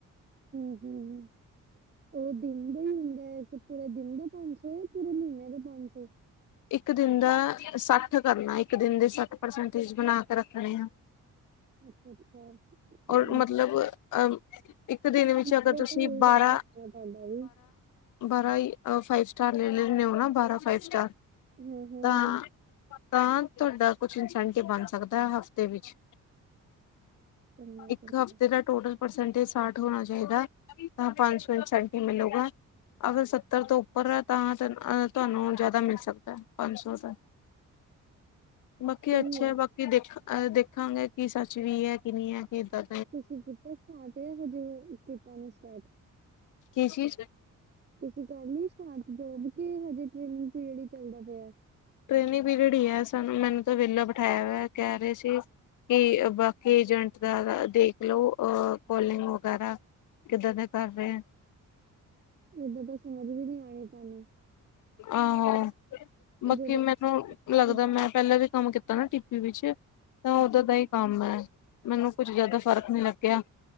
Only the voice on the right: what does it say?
ਹੰ ਹੰ ਹੰ ਉਹ ਦਿਨ ਦਾ ਹੀ ਹੁੰਦਾ ਹੈ। ਪੂਰਾ ਦਿਨ ਦਾ ਪੰਜ ਸੌ ਜਾਂ ਪੂਰੇ ਮਹੀਨਿਆਂ ਦੇ ਪੰਜ ਸੌ
ਅੱਛਾ
ਅੱਛਾ ਹੂੰ,
ਇੰਨਾ
ਕੁ
ਤਾਂ
ਹੋ ਪੈਂਦਾ ਜੀ
ਹੂੰ, ਹੂੰ,
ਹੂੰ
ਕਰਨਾ
ਕਰਨਾ
ਸਹੀ
ਹੈ।
ਤੁਸੀਂ ਕੀਤਾ ਸਟਾਰਟ ਯਾ। ਹਜੇ ਕੀਤਾ ਨੀਂ ਸਟਾਰਟ।
ਤੁਸੀਂ ਕ ਲਈ ਸਟਾਰਟ ਜੋਬ। ਕੇ ਹਜੇ ਟ੍ਰੇਨਿੰਗ ਪੀਰੀਅਡ ਹੀ ਚੱਲਦਾ ਪਿਆ।
ਏਦਾਂ ਤਾਂ ਸਮਝ ਵੀ ਨੀ ਔਨੀ ਤੁਆਨੂੰ।
ਉਹ
ਜਦੋਂ
ਤੁਸੀਂ ਕਰਦੇ
ਵੀ ਤਾਂ
ਅੱਛਾ
ਅੱਛਾ